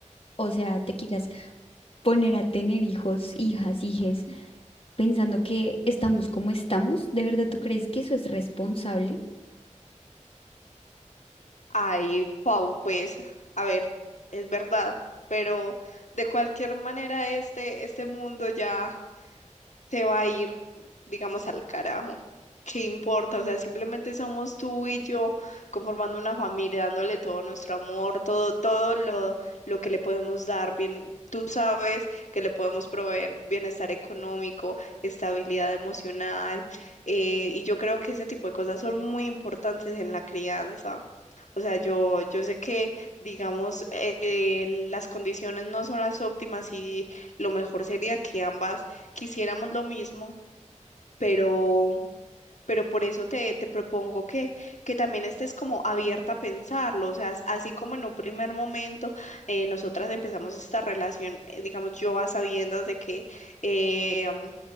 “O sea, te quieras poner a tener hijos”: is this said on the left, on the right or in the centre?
Left